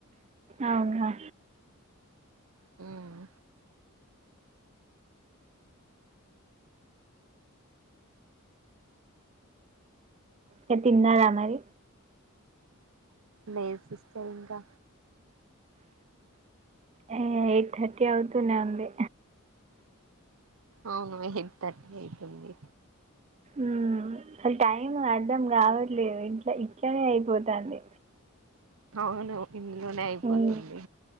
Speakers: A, on the right (about 30°); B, on the right (about 70°).
A: అవునా
B: మ్
A: తీన్ తిన్నారా మరి
B: లేద్ సిస్టర్ ఇంకా
A: ఏ ఎయిట్ థర్టీ అవుతునే ఉంది
B: అవును ఎయిట్ థర్టీ అయితుంది
A: ఉమ్ అసల్ టైంము అర్ధం కావట్లేదు ఇంట్లో ఇట్లనే అయిపోతంది
B: అవును ఇంట్లోనే అయిపోతుంది
A: మ్మ్